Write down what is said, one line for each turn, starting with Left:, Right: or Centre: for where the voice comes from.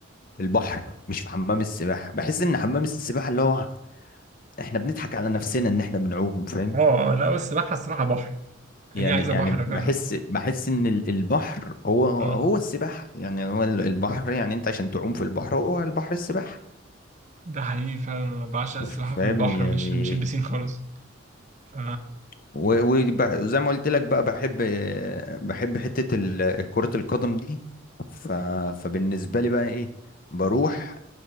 Left: في البحر مش في حمام السباحه بحس ان حمام السباحه اللي هو احنا بنضحك على نفسنا ان احنا بنعوم فاهم
Right: اه لا السباحة الصراحة بحر هي
Left: يعني
Right: عايزة
Left: يعني
Right: بحر فعلا
Left: بحس بحس ان ال- البحر هو هو
Right: اه
Left: السباحه يعني هو ال- البحر يعني انت عشان تعوم في البحر هو البحر السباحه
Right: ده حقيقي فعلا أنا بعشق السباحة
Left: فاهم
Right: في البحر
Left: يعني
Right: مش مش البسين خالص ف
Left: وزي ما قلت لك بقى بحب بحب حته ال- كره القدم دي ف- فبالنسبه لي بقى ايه بروح